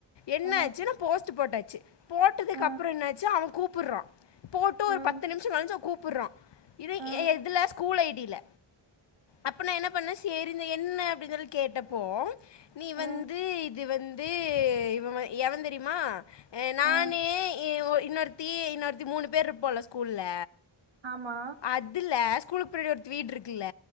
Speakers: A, on the left; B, on the right.
A: என்ன
B: அ அ
A: ஆச்சுன்னா போஸ்ட் போட்டே ச்சீ போட்டதுக்கு
B: அ
A: அப்புறம் என்னாச்சு அவன் கூப் டுறான் போட்டு
B: அ
A: ஒரு பத்து நிமிஷம் கழுச்சும் கூப்புறோம் இரு
B: அ
A: எ எதுல ஸ்கூல் ஐடில அப்போ நான் என்ன பண்ணேன் சேரினு என்ன அப்படின்னு சொல்லி கேட்டப்போ நீ வந்து
B: அ
A: இது வந்து இவன் எவன் தெரியுமா நானு
B: அ
A: ஏ ஒ இன்னொருத்தி இன்னொருத்தி மூணு பேர் இருப்போல ஸ்கூல்ல
B: ஆமா
A: அதுலஸ் ஸ்கூலுக்கு பின்னாடி ஒருத்தி வீட்டிருக்குல்ல